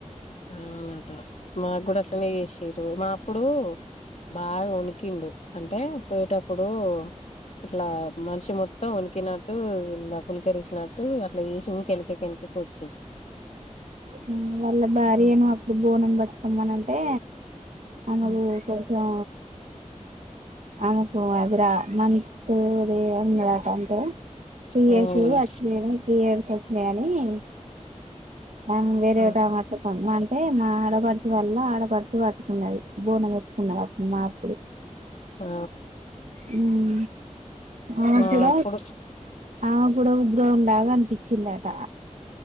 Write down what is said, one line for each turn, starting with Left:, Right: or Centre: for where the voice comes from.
Left: ఆ అవునట మాకు కూడా అట్లనే చేసిరు మా ప్పుడు బాగా వొనిక్కిండు అంటే పోయేటప్పుడు ఇట్లా మనిషి మొత్తం వొకినట్టు, ఇలా పులికరిసినట్టు అట్లా ఈసి ఊరికె వెనక కెనక్కి ఎక్కువ్
Right: హ్మ్ వాళ్ళ బ్యాడ్
Left: హ్మ్.
Right: నేను అప్పుడు బోనన్ పట్టుకున్ మనంటే అన్నకు
Left: హ్మ్.
Right: స్పర్శ ఆ ఆమెకు అదరా మం తూది అన్నదట అంతే పీరియడ్స్
Left: హ్మ్.
Right: వచ్చినాయి వై పీరియడ్స్ వచ్చినయి అనీ హ్మ్ ఆమ్ వేరే
Left: హ్మ్.
Right: ఒక్కమ్ ఎత్తకత ఉందా <unintelligible> అంటే మా ఆడపడుచు వాల్ల ఆడపడుచు పట్టుకున్నది. బోనమెతుకున్నది అప్ అప్పుడు
Left: ఆ
Right: అవు ఆ
Left: మా
Right: పడ
Left: అప్పుడు
Right: ఆ పడ గ్రౌం లాగా అనిపించిందిట